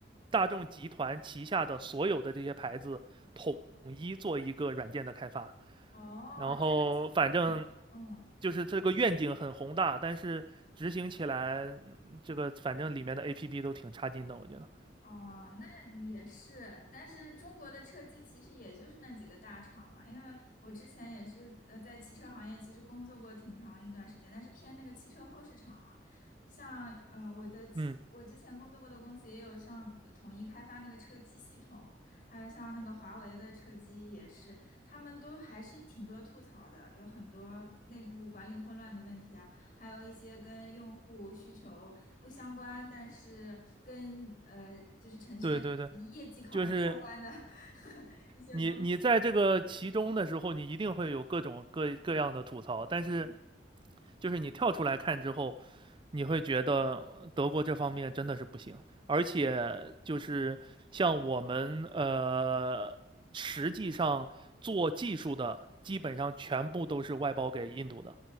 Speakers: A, on the right; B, on the left.
A: 大众集团旗下的所有的这些牌子统一做一个软件的开发。
B: 哦，
A: 然后反正
B: 这个，嗯
A: 就是这个愿景很宏大，但是执行起来，嗯这个反正里面的 APP 都挺差劲的，我觉得。
B: 哦，那也是，但是中国的车机其实也就是那几个大厂嘛，因为我之前也是呃在汽车行业其实工作过挺长一段时间，但是偏那个汽车后市场啊，像呃我的汽我之前工作过的公司也有像呃统一开发那个车机系统，
A: 嗯，
B: 还有像那个华为的车机也是，他们都还是挺多吐槽的，有很多内部管理混乱的问题啊。还有一些跟用户需求不相关，但是跟呃就是程序员业绩考核相关的
A: 对对对，就是
B: <laughs> 一些东西。
A: 你你在这个其中的时候，你一定会有各种各各样的吐槽，但是
B: 嗯
A: 就是你跳出来看之后，你会觉得德国这方面真的是不行，而且就是像我们呃，实际上做技术的基本上全部都是外包给印度的，